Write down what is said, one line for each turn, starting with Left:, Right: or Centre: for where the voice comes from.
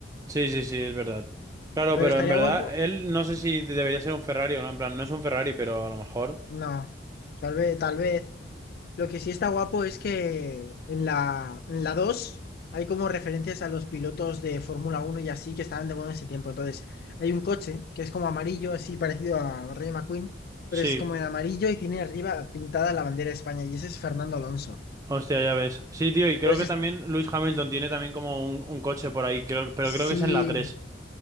Right: Sí, sí, sí, es verdad. Claro,
Left: Lo
Right: pero
Left: que estaría
Right: en verdad,
Left: guapo,
Right: él no sé si debería ser un Ferrari o no. En plan, no es un Ferrari, pero a lo mejor.
Left: no. Tal vez, tal vez. Lo que sí está guapo es que en la, en la 2 hay como referencias a los pilotos de Fórmula uno y así que estaban de moda en ese tiempo. Entonces, hay un coche que es como amarillo, así parecido a Ray McQueen,
Right: Sí,
Left: pero es como en amarillo y tiene arriba pintada la bandera de España y ese es Fernando Alonso.
Right: hostia, ya ves. Sí, tío, y creo
Left: Entonces,
Right: que también Lewis Hamilton tiene también como un, un coche por ahí, creo, pero
Left: es-
Right: creo
Left: sí,
Right: que es en la tres